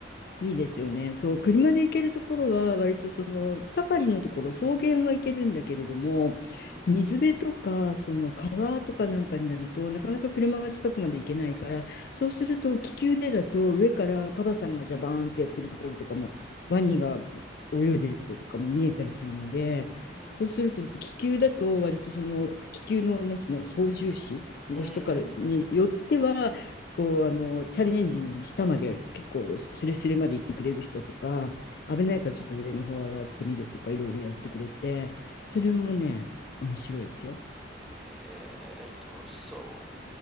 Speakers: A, on the left (about 50°); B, in the centre.
A: いいですよね。そう、車で行けるところは、割とそのサファリのところ、草原は行けるんだけれども、
B: うん、
A: 水辺とか、その川とかなんかになると、なかなか車が近くまで行けないから、そうすると気球でだと、上からカバさんがジャバーンってやってるところとかも、ワニが泳いでるところとかも見えたりするので、
B: うん、
A: そうすると気球だと、割とその気球の、なんていうの、操縦士の人からによっては、
B: うん。
A: こう、あの、チャレンジングに下まで結構スレスレまで行ってくれる人とか、危ないからちょっと上の方上がってみるとか、いろいろやってくれて、それもね、面白いですよ。
B: えー、楽しそう。